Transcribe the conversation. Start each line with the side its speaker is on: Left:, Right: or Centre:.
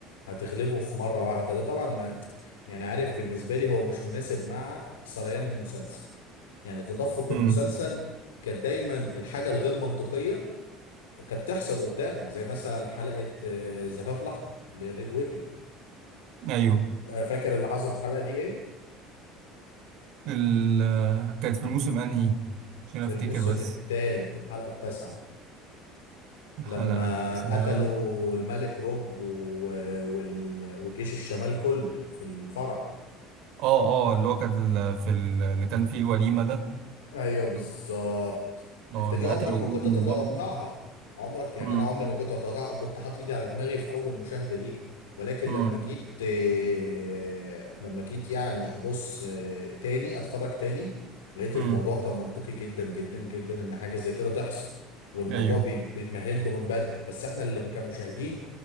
Left: هتغلبه في مره واحده ده طبعا ما يعني عارف بالنسبه لي هو مش مناسب مع سريان المسلسل يعني تدفق
Right: امم
Left: المسلسل كانت دايما الحاجه الغير منطقيه كانت تحصل قدامك زي مثلا حلقه آه، زفاف الاحمر للريد ويدنج
Right: ايوه
Left: فاكر اللي حصل في الحلقه دي ايه
Right: ال... كانت في الموسم انهي عشان
Left: في
Right: افتكر
Left: الموسم
Right: بس
Left: الثالث الحلقه التاسعه
Right: الحلقة
Left: لما
Right: اسمها
Left: قتلوا الملك روب و... وال... وجيش الشمال كله في الفرح
Right: اه اه اللي هو كان ال- في ال... اللي كان فيه الوليمة ده
Left: ايوه بالظبط
Right: اه
Left: انت دي
Right: اللي
Left: عمرك
Right: قتلوا
Left: ما كنت
Right: امه
Left: تتوقعها
Right: برضه
Left: عمرك يعني
Right: امم
Left: انا عمري ما كنت اتوقع كنت حاطط ايدي على دماغي في اول مشاهدة ليه ولكن
Right: امم
Left: لما جيت آه، لما جيت يعني ابص آه، تاني اتفرج تاني لقيت
Right: امم
Left: الموضوع كان منطقي جدا جدا جدا ان حاجة زي كده تحصل والموضوع
Right: ايوه
Left: بيت- بيتمهد له من بدري بس احنا اللي كمشاهدين